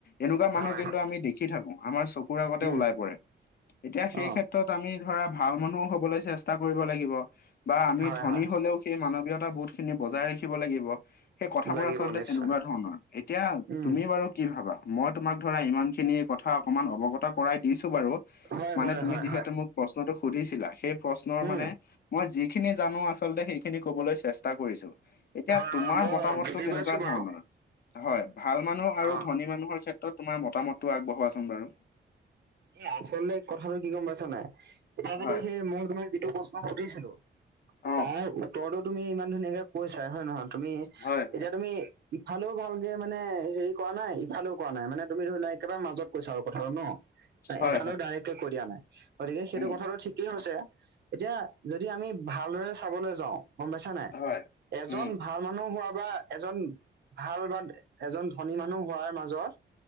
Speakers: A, on the left; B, on the right.
A: এনেকুৱা মানুহ
B: হয়,
A: কিন্তু আমি দেখি থাকো আমাৰ চকুৰ আগতে
B: উম,
A: ওলাই পৰে এতিয়া সেই
B: অ',
A: ক্ষেত্ৰ ত, আমি ধৰা ভাল মানুহ হ'বলৈ চেষ্টা কৰিব লাগিব বা আমি
B: হয়,
A: ধনী
B: হয়,
A: হ'লেও সেই মানৱীয়তা বোধ খিনি বজাই ৰাখিব লাগিব। সেই কথাবোৰ
B: লাগিব
A: আচলতে
B: নিশ্চয়,
A: তেনেকুৱা ধৰ ণৰ, এতিয়া
B: উম,
A: তুমি বাৰু কি ভাবা মই তোমাক ধৰা ইমান খিনি কথা অকমান অৱগত কৰাই দিছো বাৰু।
B: হয়,
A: মানে
B: হয়,
A: তুমি
B: হয়,
A: যিহেতু
B: হয়,
A: মোক প্ৰশ্নটো সুধিছিলা, সেই প্ৰশ্নৰ
B: উম,
A: মানে মই যিখিনি জানো আচলতে সেইখিনি কবলৈ চেষ্টা কৰিছো। এতিয়া
B: হয়,
A: তোমাৰ
B: হয়, মই
A: মতামতটো
B: বুজি
A: কেনেকুৱা
B: পাইছো বাৰু,
A: ধৰণৰ? হয়, ভাল মানুহ আৰু
B: অ',
A: ধনী মানুহৰ ক্ষেত্ৰত তোমাৰ মতামতটো আগবঢ়োৱাচোন বাৰু?
B: এ! আচলতে কথাটো কি গম পাইছা নাই এতিয়া যদি
A: হয়
B: সেই মই তোমাৰ যিটো বস্তু মই সুধিছিলোঁ
A: অ
B: তাৰ উত্তৰটো তুমি ইমান ধুনীয়াকে কৈছাই হয় নহয় তুমি
A: হয় হয়
B: এতিয়া তুমি ইফালেও ভালকে মানে হেৰি কৰা নাই ইফালেও কৰা নাই মানে তুমি ধৰি লোৱা একেবাৰে মাজত কৈছা আৰু। কথাটো ন,
A: হয়
B: এফালেও
A: হয়
B: ডাইৰেক্টকে কৈ দিয়া নাই, গতিকে সেইটো
A: উম
B: কথাটো ঠিকেই হৈছে। এতিয়া যদি আমি ভালদৰে চাবলৈ যাওঁ গম পাইছা নাই
A: হয়
B: এজন
A: উম
B: ভাল মানুহ হোৱা বা এজন ভাল বা এজন ধনী মানুহ হোৱাৰ মাজত